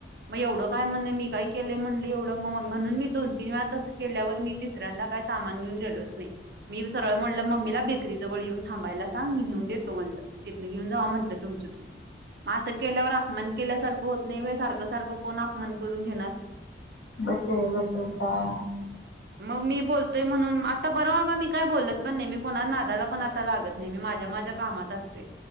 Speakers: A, on the right; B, on the left.
A: मग एवढं काय म्हण मी काय केले म्हणले एवढं म म्हणून मी दोन तीन वेळा तसं केल्यावर मी तिऱ्या दाखव. काय सामान घेऊन गेलोच नाही. मी सरळ म्हटलं मम्मीला बेरीजवळ येऊन थांबायला सांग मीेऊन देतो म्हटलं तथनं घेऊन जा म्हटलं तुम्ही त मग असं केल्यावर अपमान केल्यासारखं होत नाही सारखं सारखं कोण अपमान करून घेणार.
B: बकेरा चलत आहे.
A: मग मी बोलत. म्हणून आता बरं बाबा मी काय बोलत पण नाही मी कोणा नादाला पण आता लागत नाही मी माझ्या माझ्या कामात असतो.